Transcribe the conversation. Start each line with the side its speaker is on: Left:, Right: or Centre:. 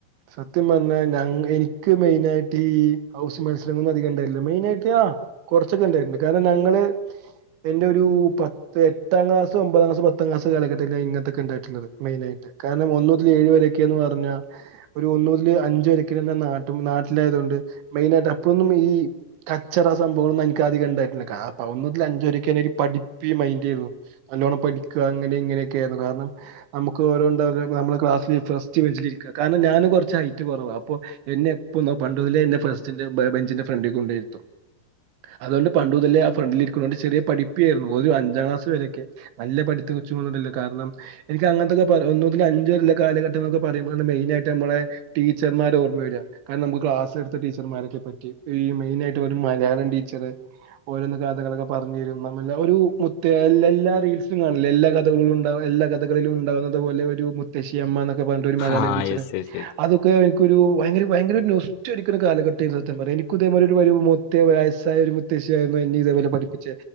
Right: സത്യം പറഞ്ഞാ ഞങ്ങ് ഇൻക്ക് മെയ്ൻ ആയിട്ട് ഈ ഹൗസ് മത്സരങ്ങളൊന്നും അധികണ്ടായില്ല മെയിൻ ആയിട്ട് ആ കൊറച്ചൊക്കെ ഇണ്ടായിരുന്നു കാരണം ഞങ്ങള് എൻ്റെയൊരു പത്ത് ഏട്ടാ ക്ലാസ്സ് ഒമ്പതാം ക്ലാസ് പത്താം ക്ലാസ്സ് കാലഘട്ടങ്ങളിൽ മെയിനായിട്ട് കാരണം ഒന്ന് മുതൽ ഏയ് വരെന്നൊക്കെ പർഞ്ഞാ ഒരു ഒന്നു മുതല് അഞ്ച് വരെയൊക്കെന്ന് പറഞ്ഞാ നാട്ട് നാട്ടിലായൊണ്ട് മെയിനായിട്ട് അപ്പോ ഒന്നും ഈ കച്ചറ സംഭവങ്ങളൊന്നും ഇനിക്ക് അധികം ഇണ്ടായിട്ടില്ല കാ ഒന്നു മുതൽ അഞ്ച് വരെയൊക്കെ ഒരു പഠിപ്പി മൈൻഡായിരുന്നു, നല്ലോണം പഠിക്കാ അങ്ങനെ ഇങ്ങനെയൊക്കെ ആയിരുന്നു, കാരണം നമുക്ക് <unintelligible> നമ്മള് ക്ലാസ്സില് ഫസ്റ്റ് ബെഞ്ചിലിരിക്കും കാരണം ഞാന് കൊറച്ച് ഹൈറ്റ് കൊറവാ അപ്പൊ എന്നെ എപ്പോം പണ്ട് മുതലേ എന്നേ ഫാസ്റ്റിൻ്റെ ബെ ബെഞ്ചിൻ്റെ ഫ്രണ്ടില് കൊണ്ടോയി ഇരുത്തും അതോണ്ട് പണ്ട് മുതലേ ഞാൻ ഫ്രണ്ടില് ഇരിക്കുന്ന കൊണ്ട് ഞാൻ പഠിപ്പി ആയിരുന്നു ഒരു അഞ്ചാം ക്ലാസ്സ് വരെയൊക്കെ നല്ല പഠിത്ത ചൂടില് കാരണം ഇൻക്കങ്ങനത്തൊക്കെ പറ എന്തോ പിന്നെ അഞ്ചു വരെ ഇള്ള കാലഘട്ടന്നൊക്ക പറയുമ്പോ മെയ്നായിട്ട് നമ്മളെ ടീച്ചർ മാരെ ഓർമ്മ വെരാ, കാരണം ഇമ്മക്ക് ക്ലാസ്സെടുത്ത ടീച്ചർമാരെയൊക്കെ പറ്റിയും, ഈ മെയിനായിട്ട് ഒരു മലയാളം ടീച്ചറ് ഓര് വന്ന് കഥകളൊക്കെ പറഞ്ഞ് തരും, അതുവല്ല ഒരു <unintelligible> എല്ലാ റീൽസിലും കാണില്ലേ എല്ലാ കഥകളും ഇണ്ടാവും, എല്ലാ കഥകളിലും ഇണ്ടാവുന്ന ഒരു മുത്തശ്ശി അമ്മാനൊക്ക് അതുപോലന്നിട്ടൊരു മലയാളം
Left: ആ
Right: ടീച്ചറ്
Left: യെസ് യെസ്
Right: എനിക്കൊരു ഭയങ്കര ഭയങ്കര ഒരു നൊസ്റ്റു അടിക്കണ കാലഘട്ടം ആയിരുന്നു സത്യം പറഞ്ഞാ, എനിക്കിതുപോലൊരു വരവു മുത്തെ വയസ്സായ ഒരു മുത്തശ്ശിയായിരുന്നു എന്നെ ഇതേപോലെ പഠിപ്പിച്ചെ,